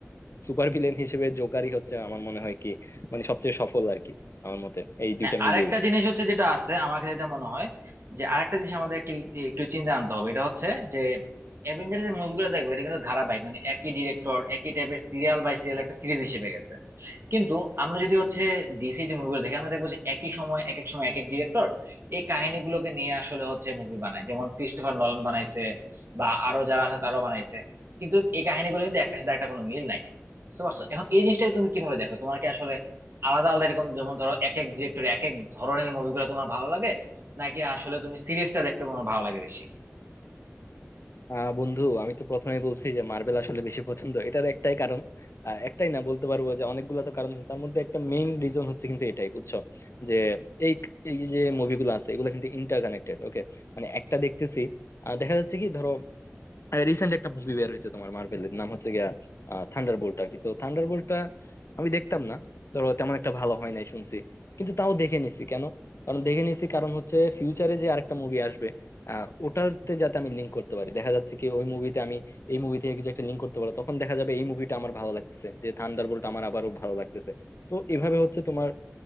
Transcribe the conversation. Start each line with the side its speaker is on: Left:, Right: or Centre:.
Left: সুপার ভিলেন হিসেবে জোকারই হচ্ছে আমার মনে হয় কি মানে সবচেয়ে সফল আর কি আমার মতে এই
Right: হ্যাঁ
Left: দুইটা
Right: আরেকটা
Left: মিলিয়ে
Right: জিনিস হচ্ছে যেটা আছে আমার কাছে যেটা মনে হয় যে আরেকটা জিনিস আমাদের কি- একটু চিন্তা আনতে হবে এটা হচ্ছে যে অ্যাভেঞ্জার্স এর মুভিগুলো দেখবে এটা কিন্তু ধারাবাহিক মানে একই ডিরেক্টর একই টাইপের সিরিয়াল বাই সিরিয়াল একটা সিরিজ হিসেবে গেছে কিন্তু আমরা যদি হচ্ছে ডিসি যে মুভিগুলো দেখি আমরা দেখবো যে একই সময় এক এক সময় এক এক ডিরেক্টর এই কাহিনীগুলোকে নিয়ে আসলে হচ্ছে মুভি বানায় যেমন ক্রিস্টোফার নলন বানাইছে বা আরো যারা আছে তারাও বানাইছে কিন্তু এই কাহিনীগুলো কিন্তু একটার সাথে একটা কোনো মিল নাই বুঝতে পারছো এখন এই জিনিসটাকে তুমি কিভাবে দেখো তোমার কি আসলে আলাদা আলাদা এরকম যেমন ধরো এক এক ডিরেক্টর এক এক ধরনের মুভিগুলো তোমার ভালো লাগে নাকি আসলে তুমি সিরিজটা দেখতে তোমার ভালো লাগে বেশি
Left: আহ বন্ধু আমি তো প্রথমেই বলছি যে মার্বেল আসলে বেশি পছন্দ এটার একটাই কারণ আহ, একটাই না বলতে পারবো যে অনেকগুলো তো কারণ আছে তার মধ্যে একটা মেইন রিজন হচ্ছে কিন্তু এটাই বুঝছো যে এই এই যে মুভিগুলো আছে এগুলো কিন্তু ইন্টার কানেক্টেড ওকে মানে একটা দেখতেছি আহ, দেখা যাচ্ছে কি ধরো রিসেন্ট একটা মুভি বের হয়েছে তোমার মার্ভেলের নাম হচ্ছে গিয়া থান্ডার বোল্ট আর কি তো থান্ডার বোল্টটা আমি দেখতাম না ধরো তেমন একটা ভালো হয় নাই শুনছি কিন্তু তাও দেখে নিছি কেন কারণ দেখে নিছি কারণ হচ্ছে ফিউচারে যে আরেকটা মুভি আসবে আহ ওটাতে যাতে আমি লিঙ্ক করতে পারি দেখা যাচ্ছে কি ওই মুভিতে আমি এই মুভি থেকে কিছু একটা লিঙ্ক করতে পারবো তখন দেখা যাবে এই মুভিটা আমার ভালো লাগতেছে যে থান্ডার বোল্ট আমার আবারও ভালো লাগতেছে তো এভাবে হচ্ছে তোমার